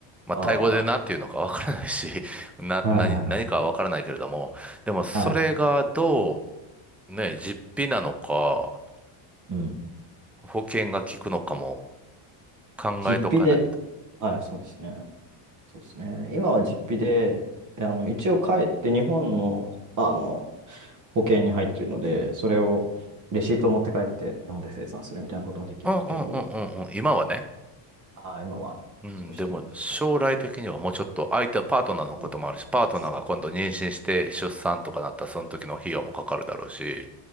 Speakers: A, in the centre; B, on the right.
A: まあ、
B: あ
A: タイ語で何て言うのかわからないし、<laughs> な、
B: あはいはいはい。
A: 何、何かはわからないけれども、でも、それがど
B: はい。
A: う、ね、実費なのか、
B: うん。
A: 保険が効くのかも考えとかないと。
B: 実費で、はい、そうですね。そうですね。今は実費で、あの、一応帰って日本の、あの、保険に入ってるので、それを、レシートを持って帰って日本で生産するみたいなことはできるけど、
A: うんうんうんうんうん。今はね。
B: ああ、今はそうしてますけど。
A: うん、でも、将来的にはもうちょっと、相手、パートナーのこともあるし、
B: そう
A: パートナーが今度妊娠して出産とかなったら、
B: です
A: その時の費用もかかるだろうし、